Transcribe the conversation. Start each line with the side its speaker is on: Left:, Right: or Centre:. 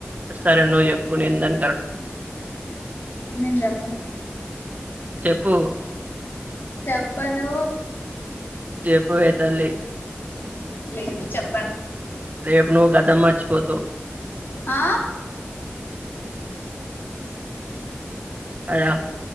Right: సరే నువ్వు చెప్పు నిందన్
Left: నీను చేప్పను
Right: చెప్పు
Left: చెప్పను
Right: చేప్పవే తల్లి
Left: లేదు చెప్పను
Right: రేపు నువ్వు గతం మర్చిపోతవ్
Left: ఆ
Right: హలో